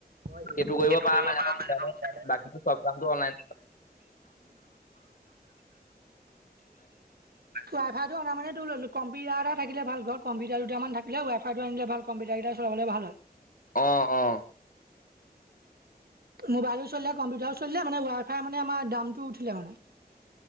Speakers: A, on the right; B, on the left.
A: হয় সেই
B: এইটো
A: সেইটো কৰিব পাৰা মানে
B: মোবাইলত
A: একদম নথিলে
B: বাকীটো চব কামটো অনলাইন
A: ৱাই ফাই টো অনা মানে টোৰ কম্পিউটাৰ থাকিল ভালৰ ঘৰত কম্পিউাৰ দুটামান থাকিলে ৱাই ফাই টো আনিল ভাল গাড়ী ডাল চলাবলে ভাল হয়
B: অ অ
A: মোবাইলো চলিলে কম্পিউটাৰো চলিলে মানে ৱাইফাই মানে আমাৰ দামটো উঠিলে মানে